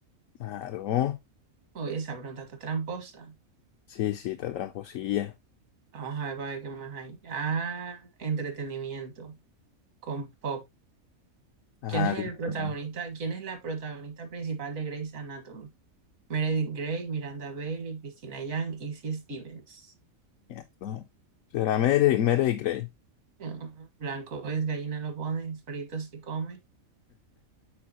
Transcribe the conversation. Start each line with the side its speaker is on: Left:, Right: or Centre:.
Left: Claro,
Right: Oye, esa pregunta está tramposa.
Left: sí, sí, está tramposilla.
Right: Vamos a ver para ver qué más hay. Ah, entretenimiento. Con pop.
Left: Ajá,
Right: ¿Quién es
Left: tiene
Right: el protagonista?
Left: una
Right: ¿Quién es la protagonista principal de Grey's Anatomy? Meredith Grey, Miranda Bailey, Christina Yang, Izzy Stevens.
Left: mierda. Será Mary, Mary y Gray.
Right: Mm, Blanco es, gallina lo pone, frito se come.